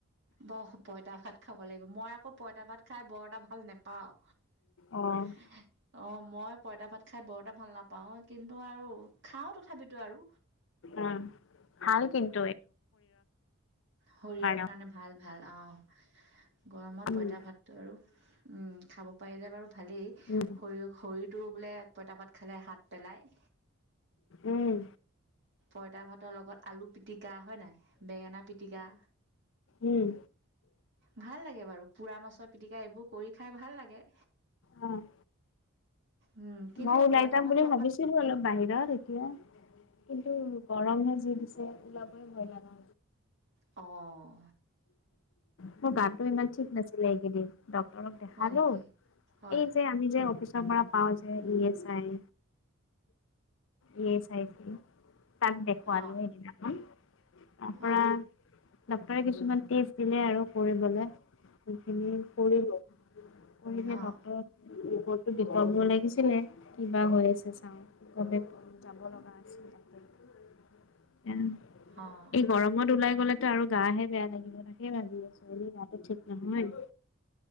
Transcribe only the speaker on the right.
বহ পঁইতা ভাত খাব লাগিব, মই আকৌ পঁইতা ভাত খাই বৰ এটা ভাল নোপাওঁ।
<inaudible> অ', মই পঁইতা ভাত খাই বৰ এটা ভাল নাপাওঁ, কিন্তু আৰু খাওঁ তথাপিতো আৰু।
শৰীৰৰ
কাৰণে ভাল ভাল অ', গৰমত
পঁইতা ভাতটো আৰু উম, খাব পাৰিলে বাৰু ভালেই
শৰীৰ শৰীৰটো বোলে পঁইতা ভাত খালে হাত পেলাই
পইতা ভাতৰ লগত আলু পিতিকা হয়, নাই বেঙেনা পিতিকা।
ভাল লাগে বাৰু, পুৰা মাছৰ পিটিকা এইবোৰ কৰি খাই ভাল লাগে।
উম, কিন্তু
সেই
পঁইতা
ভাতটো
অকণমান
অ'।
হয় নেকি হয়
অঁ
অঁ
অঁ
অঁ